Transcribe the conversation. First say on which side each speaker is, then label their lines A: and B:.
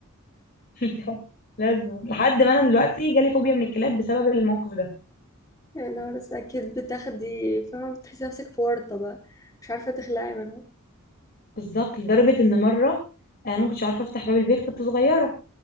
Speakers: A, on the left; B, on the left.
A: <laughs> لازم لحد ما انا دلوقتي جالي فوبيا من الكلاب بسبب الموقف ده
B: يا نهار أسود، أكيد بتاخدي فاهمة بتحسي نفسك في ورطة بقى مش عارفة تخلعي منها
A: بالظبط لدرجه ان مره انا ما كنتش عارفه افتح باب البيت كنت صغيره